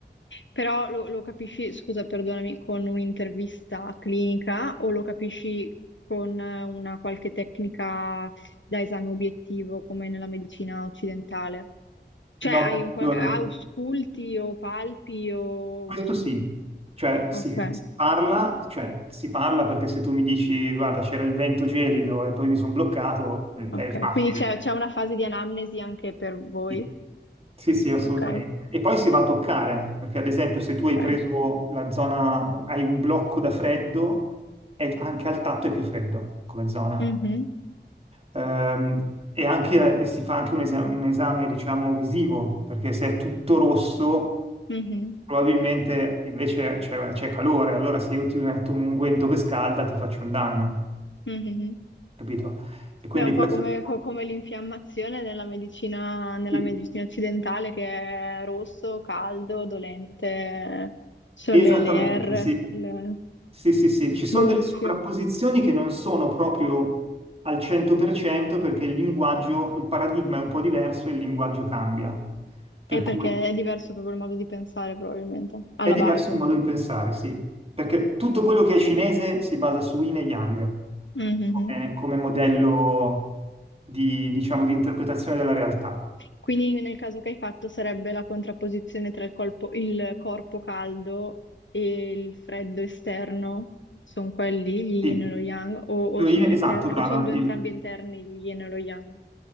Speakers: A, on the left; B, on the right.
A: Però lo, lo capisci, scusa, perdonami, con un'intervista clinica o lo capisci con eh, una qualche tecnica da esame obiettivo come nella medicina occidentale? Cioè
B: No,
A: hai
B: beh,
A: un qualche...
B: allora,
A: ausculti o palpi o...
B: questo
A: mm,
B: sì, cioè
A: Ok,
B: si, si parla, cioè si parla perché se tu mi dici guarda c'era il vento gelido e poi mi sono bloccato, eh, è
A: ok.
B: facile.
A: Quindi c'è c'è una fase di anamnesi anche per voi?
B: Sì, sì, sì, assolutamente.
A: Ok,
B: E poi si va a toccare, perché ad esempio se tu
A: ok.
B: hai preso la zona, hai un blocco da freddo, è- anche al tatto è più freddo come zona.
A: Mhm,
B: Ehm, e anche, e si fa anche un, esa- un esame, diciamo, visivo, perché se è tutto rosso,
A: mhm,
B: probabilmente invece c'è c'è calore, allora se io ti metto un unguento che scalda ti faccio un danno,
A: mhm.
B: capito? E quindi
A: Beh, è un
B: questo...
A: po' come, co- come l'infiammazione nella medicina, nella
B: sì,
A: medicina occidentale che è rosso, caldo, dolente, ci sono
B: Esattamente,
A: le, le R,
B: sì.
A: il
B: Sì, sì, sì, ci sono
A: gonfio.
B: delle sovrapposizioni che non sono proprio al 100% perché il linguaggio, il paradigma è un po' diverso e il linguaggio cambia. Per
A: È perché
B: cui
A: è diverso proprio il modo di pensare, probabilmente, alla
B: È diverso
A: base.
B: il modo di pensare, sì, perché tutto quello che è cinese si basa su Yin e Yang
A: Mhm.
B: come, come modello di, diciamo, di interpretazione della realtà.
A: Quindi nel caso che hai fatto sarebbe la contrapposizione tra il colpo- il corpo caldo e il freddo esterno, sono quelli, gli
B: Sì,
A: yin e lo yang, o, o
B: lo
A: sono
B: yin-
A: interni,
B: esatto, brava.
A: o sono due
B: il-
A: entrambi interni, gli yin e lo yang.